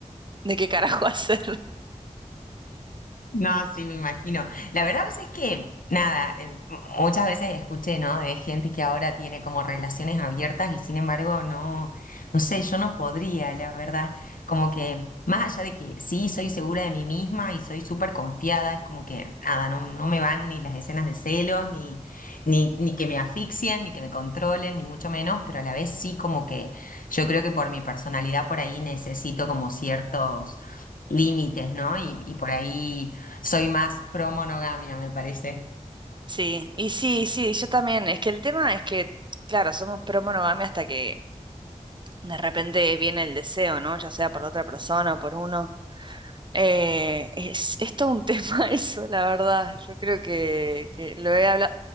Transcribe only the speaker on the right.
de qué carajo <laughs> hacer.
Sí, y sí, sí, yo también. Es que el tema es que, claro, somos pro monogamia hasta que de repente viene el deseo, ¿no? Ya sea por otra persona o por uno. Eh, es, es todo un tema <laughs> eso, la verdad. Yo creo que, que lo he habla-